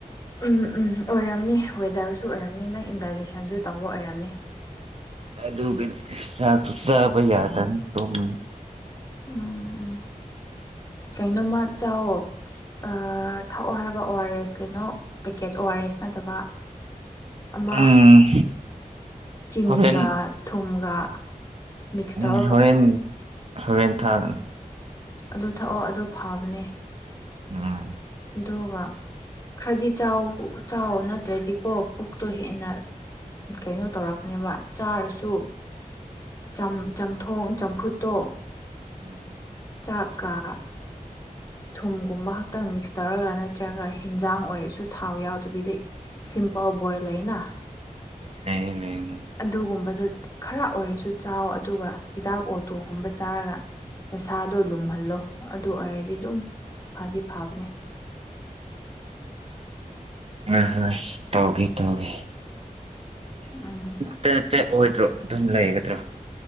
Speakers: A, on the left (about 25°); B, on the right (about 45°).
A: ꯎꯝ ꯎꯝ ꯑꯣꯏꯔꯝꯅꯤ ꯋꯦꯗꯔꯁꯨ ꯑꯣꯏꯔꯝꯅꯤ ꯅꯪ ꯏꯟꯗꯥꯏꯖꯦꯁꯟꯁꯨ ꯇꯧꯕ ꯑꯣꯏꯔꯝꯅꯤ
B: ꯑꯗꯨꯒꯤꯗꯤ ꯆꯥꯛ ꯆꯥꯕ ꯌꯥꯗꯅ ꯇꯣꯝꯃꯤ
A: ꯎꯝ ꯎꯝ ꯀꯩꯅꯣꯝꯃ ꯆꯥꯎꯋꯣ ꯑꯥ ꯊꯛꯑꯣ ꯍꯥꯏꯕ ꯑꯣ ꯑꯥꯔ ꯑꯦꯁ ꯀꯩꯅꯣ ꯄꯦꯀꯦꯠ ꯑꯣ ꯑꯥꯔ ꯑꯦꯁ ꯅꯠꯇꯕ ꯑꯃ
B: ꯎꯝ
A: ꯆꯤꯅꯤꯒ
B: ꯍꯣꯔꯦꯟ
A: ꯊꯨꯝꯒ ꯃꯤꯛꯁ
B: ꯎꯝ
A: ꯇꯧꯔꯒ
B: ꯍꯣꯔꯦꯟ ꯍꯣꯔꯦꯟ ꯊꯥꯒꯅꯤ
A: ꯑꯗꯨ ꯊꯛꯑꯣ ꯑꯗꯨ ꯐꯕꯅꯦ
B: ꯎꯝ
A: ꯑꯗꯨꯒ ꯈꯔꯗꯤ ꯆꯥꯎ ꯆꯥꯎ ꯅꯠꯇ꯭ꯔꯗꯤꯀꯣ ꯄꯨꯛꯇꯣ ꯍꯦꯟꯅ ꯀꯩꯅꯣ ꯇꯧꯔꯛꯄꯅꯦꯕ ꯆꯥꯔꯁꯨ ꯆꯝ ꯆꯝꯊꯣꯡ ꯆꯝꯐꯨꯠꯇꯣ
B: ꯎꯝ
A: ꯆꯥꯛꯀꯥ ꯊꯨꯝꯒꯨꯝꯕ ꯈꯛꯇꯪ ꯃꯤꯛꯁ ꯇꯧꯔꯒ ꯅꯠꯇ꯭ꯔꯒ ꯍꯤꯟꯖꯥꯡ ꯑꯣꯏꯔꯁꯨ ꯊꯥꯎ ꯌꯥꯎꯗꯕꯤꯗ ꯁꯤꯝꯄꯜ ꯕꯣꯏꯜ ꯂꯩꯅ
B: ꯂꯩꯔꯦ ꯂꯩꯔꯦ
A: ꯑꯗꯨꯒꯨꯝꯕꯗꯨ ꯈꯔ ꯑꯣꯏꯔꯁꯨ ꯆꯥꯎ ꯑꯗꯨꯒ ꯍꯤꯗꯥꯛ ꯑꯣꯇꯨꯒꯨꯝꯕ ꯆꯥꯔꯒ ꯅꯁꯥꯗꯣ ꯂꯨꯝꯍꯜꯂꯣ ꯑꯗꯨ ꯑꯣꯏꯔꯗꯤ ꯑꯗꯨꯝ ꯐꯥꯗꯤ ꯐꯥꯕꯅꯦ
B: ꯑꯣꯏ ꯍꯣꯏ ꯇꯧꯒꯦ ꯇꯧꯒꯦ
A: ꯎꯝ
B: ꯇꯥ ꯆꯠꯑꯣꯏꯗ꯭ꯔꯣ ꯑꯗꯨꯝ ꯂꯩꯒꯗ꯭ꯔꯣ